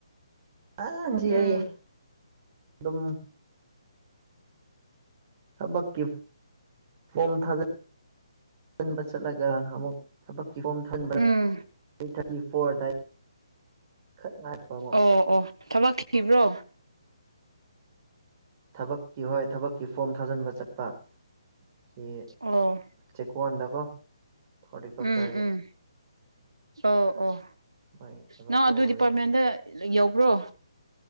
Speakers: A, on the right; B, on the right.
A: ꯑꯥ ꯉꯁꯤ
B: ꯎꯝ
A: ꯑꯩ ꯑꯗꯨꯝ ꯊꯕꯛꯀꯤ ꯐꯣꯝ ꯊꯥꯖ ꯈꯟꯕ ꯆꯠꯂꯒ ꯑꯃꯨꯛ ꯊꯕꯛꯀꯤꯐꯣꯝ ꯊꯖꯟꯕꯗ
B: ꯎꯝ
A: ꯊꯥꯔꯇꯤ ꯐꯣꯔꯑꯗꯥꯏ ꯈꯛ ꯉꯥꯏꯈ꯭ꯔꯕꯣ
B: ꯑꯣ ꯑꯣ ꯊꯕꯛ ꯊꯤꯕ꯭ꯔꯣ
A: ꯊꯕꯛꯀꯤ ꯍꯣꯏ ꯊꯕꯛꯀꯤ ꯐꯣꯝ ꯊꯥꯖꯟꯕ ꯆꯠꯄ ꯁꯤ
B: ꯑꯣ
A: ꯆꯦꯛꯀꯣꯟꯗꯀꯣ ꯍꯣꯔꯇꯤꯀꯜꯆꯔꯒꯤ
B: ꯎꯝ ꯎꯝ ꯑꯣ ꯑꯣ
A: ꯃꯣꯏꯒꯤ ꯊꯕꯛ
B: ꯅꯪ
A: ꯀꯧꯕꯒꯤ
B: ꯑꯗꯨ ꯗꯤꯄꯥꯔꯠꯃꯦꯟꯗ ꯌꯧꯕ꯭ꯔꯣ